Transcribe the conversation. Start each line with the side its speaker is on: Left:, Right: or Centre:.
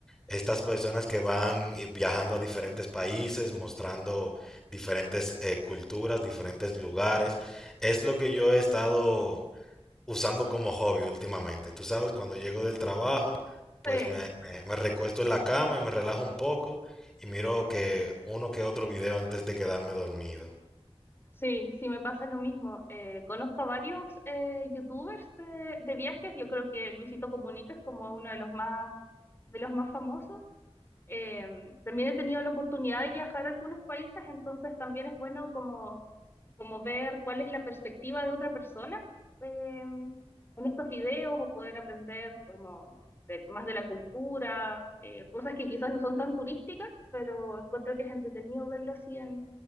Centre: estas personas que van y- viajando a diferentes países, mostrando diferentes eh, culturas, diferentes lugares. Es lo que yo he estado usando como hobby últimamente. Tú sabes, cuando llego del trabajo, pues
Left: Sí,
Centre: me, me, me recuesto en la cama y me relajo un poco y miro que uno que otro video antes de quedarme dormido.
Left: sí, sí, me pasa lo mismo. Eh, conozco a varios eh, youtubers de, de viajes, yo creo que Luisito Comunica es como uno de los más, de los más famosos. Eh, también he tenido la oportunidad de viajar a algunos países, entonces también es bueno como como ver cuál es la perspectiva de otra persona em, en estos videos o poder aprender como de- más de la cultura, eh, cosas que quizás no son tan turísticas, pero encuentro que es entretenido verlo así en,